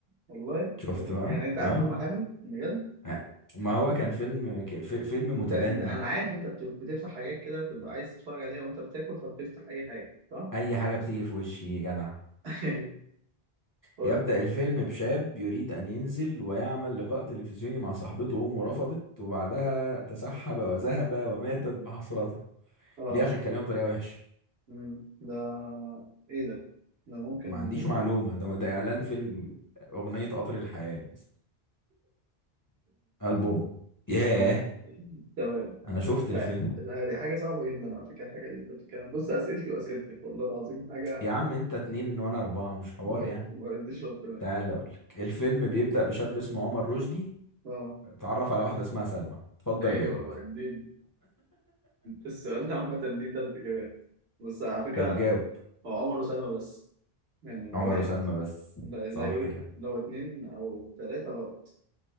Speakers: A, on the right (about 85°); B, on the left (about 25°).
A: والله
B: شفت
A: طب
B: بقى
A: يعني أنت عارف
B: اه
A: ماما حامل؟ بجد؟
B: آه. ما هو كان فيلم ك- في- فيلم
A: أنت
B: متدني
A: أنت- أنا عارف أنت بت- بتفتح حاجات كده بتبقى عايز تتفرج عليها وأنت بتاكل فبتفتح أي حاجة صح؟
B: اي حاجة بتيجي في وشي يا جدع
A: <laughs> قول
B: يبدأ الفيلم بشاب يريد أن ينزل ويعمل لقاء تلفزيوني مع صاحبته وأمه رفضت وبعدها تسحب وذهب وماتت بحسرته
A: أه
B: ليه عشان كلمه بطريقة وحشة
A: أمم، ده إيه ده؟ ده ممكن
B: ما عنديش معلومة ده ده إعلان فيلم أغنية قطر الحياة مثلا ألبوم
A: <laughs>
B: ياه
A: تمام تمام
B: أنا شفت
A: ده
B: الفيلم
A: ده دي حاجة صعبة جدا على فكرة الحاجة اللي أنت بتتكلم بص أسئلتي وأسئلتك والله العظيم حاجة
B: يا عم أنت اتنين وأنا أربعة مش حوار
A: ما
B: يعني
A: ما يرضيش ربنا
B: تعال
A: يعني
B: أقولك الفيلم بيبدأ بشاب اسمه عمر رشدي
A: أه
B: اتعرف على واحدة اسمها سلمى اتفضل
A: ايوه
B: جاوب
A: بقى دي السؤال ده عامة ليه تلات اجابات بس على فكرة
B: طب جاوب
A: هو عمر وسلمى بس يعني واحد
B: عمر وسلمى بس
A: ده اللي
B: صح
A: هيقول
B: كده
A: لو اتنين او تلاتة غلط